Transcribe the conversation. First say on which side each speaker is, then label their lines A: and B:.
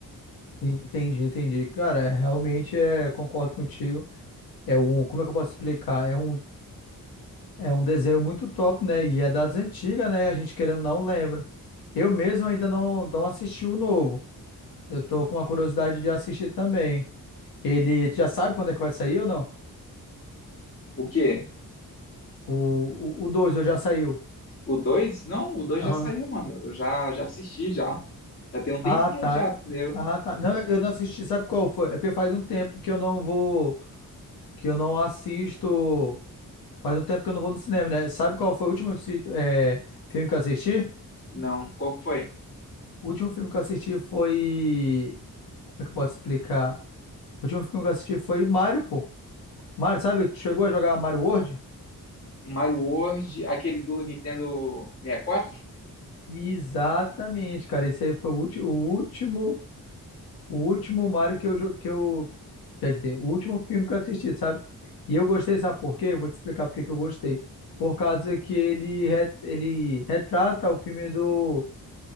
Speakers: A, on the left; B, on the left.
A: Sim, Entendi, entendi. Cara, é, realmente é, concordo contigo. É um, como é que eu posso explicar? É um É um desenho muito top, né? E é das antigas, né? A gente querendo ou não lembra. Eu mesmo ainda não, não assisti o novo. Eu tô com uma curiosidade de assistir também. Ele tu já sabe quando é que vai sair ou não?
B: O quê?
A: O, o, o 2 ou já saiu?
B: O dois Não, o 2
A: Aham.
B: já saiu, mano. Eu já, já assisti, já. Já tem um tempinho
A: Ah, tá.
B: já, entendeu?
A: Ah, tá. Não, eu não assisti. Sabe qual foi? É porque faz um tempo que eu não vou, que eu não assisto. Faz um tempo que eu não vou no cinema, né? Sabe qual foi o último ci- é, filme que eu assisti?
B: Não, qual que foi?
A: O último filme que eu assisti foi. Como é que eu posso explicar? O último filme que eu assisti foi Mario, pô. Mario, sabe? Tu Chegou a jogar Mario World?
B: Mario World, aquele do Nintendo 64?
A: Exatamente, cara. Esse aí foi o último, o último, o último Mario que eu, jo- que eu, quer dizer, o último filme que eu assisti, sabe? E eu gostei, sabe por quê? Eu vou te explicar por que que eu gostei. Por causa que ele, re- ele retrata o filme do,